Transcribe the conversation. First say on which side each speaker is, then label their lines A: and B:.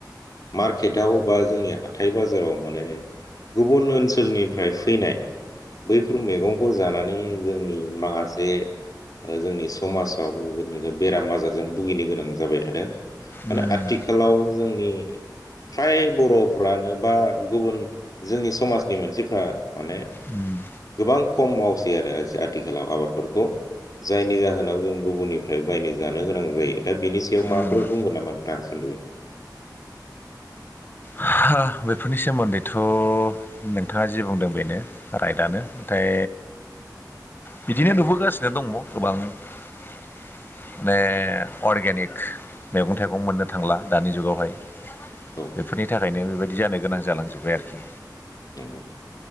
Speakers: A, on the left (about 55°); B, on the left (about 30°).
A: मार्केटाव बा जोंनि हाथाय बाजाराव माने गुबुन ओनसोलनिफ्राय फैनाय बैफोर मैगं खौ जानानै जोंनि माखासे जोंनि समाजाव बेराम आजारजों भुगिनो गोनां जाबाय थादों माने
B: उम
A: आथिखालाव जोंनि फ्राय बर'फ्रानो बा गुबुन जोंनि समाजनि मानसिफ्रा माने
B: उम
A: गोबां खम मावसै आरो आथिखालाव आबादफोरखौ जायनि जाहोनाव जों गुबुननिफ्राय बायनो जानो गोनां जायो दा बिनि सायाव माफोर
B: उम
A: बुंगोन नामा नोंथाङा सुद'यै
B: हागौ बेफोरनि सोमोन्दैथ' नोंथाङा जि बुंदों बेनो राइटआनो नाथाय बिदिनो नुबोगासिनो दङ गोबां माने अर्गेनिक मैगं थाइगं मोननो थांला दानि जुगावहाय
A: औ
B: बेफोरनि थाखायनो बेबायदि जानो गोनां जालांजोबबाय आरोखि
A: गौ